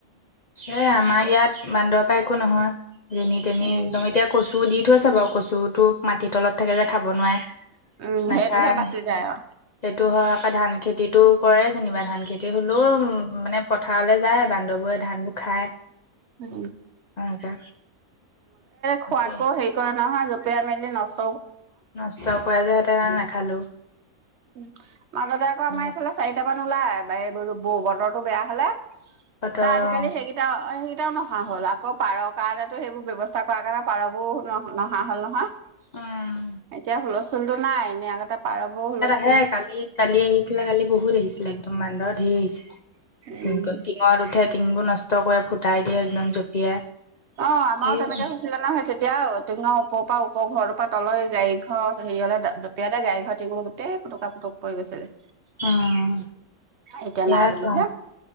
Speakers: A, on the left (about 85°); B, on the right (about 60°).
A: এয়া আমাৰ ইয়াত বান্দৰপা একো নহয় যেনি তেনি
B: উম
A: একদম এতিয়া কচু দি থৈছে বাও কচুতো মাটিৰ তলত থাকে যে খাব নোৱাই
B: উম
A: নেখায়
B: সেইটোহে বাচি যায় অ
A: সেইটো হয় ধান খেতিতটো কৰে যেনিবা ধান খেতি হলেও মানে পথাৰলৈ যায় বা বান্দৰৱোৰে ধানবোৰ খায়
B: উম, এ
A: এনেকে
B: খোৱাতকো
A: আকৌ
B: হেৰি কৰা নহা ৰূপা মেলিলি নষ্ট
A: নষ্ট কৰা যে সেইটো কাৰণে নাখালো
B: উম, মাজতে আকৌ আমাৰ এইফালে
A: আছে
B: চাৰিটামান ওলাই বা এই বতৰটো বেয়া হলে
A: বতৰ
B: ত আজিকালি
A: অ
B: সেইকেইটা সেইকেইটাও নহা হ'ল আকৌ পাৰক কাৰণেতো সেইবোৰ ব্যৱস্থা কৰা কাৰণে পাৰবোৰ ন নহা হল নহয়
A: উম
B: এতিয়া হুলস্থূল চুলতো নাই এনেই আগতে পাৰ বোৰ
A: হে কালি, কালি আহিছিলে কালি বহুত আহিছিলে একদম মান্দহৰ ঢেৰ আহিছে
B: উম।
A: টিঙত উঠে টিঙবোৰ নষ্ট কৰি ফুটাই দিয়ে একদম জঁপিয়াই
B: অ', আমাৰো
A: সেইবোৰ
B: তেনেকে হৈছিলে নহয় সেই এতিয়া টিঙৰ ওপৰৰ পৰা ওপৰ পৰা তলৈ ঘৰ হেৰি হলে দপিয়াই দ গাড়ীৰ টিঙু গোটেই পুটকা পুটক পৰি গৈছিলে
A: উম,
B: এতিয়া
A: ইয়াৰ
B: নাই বুলিহে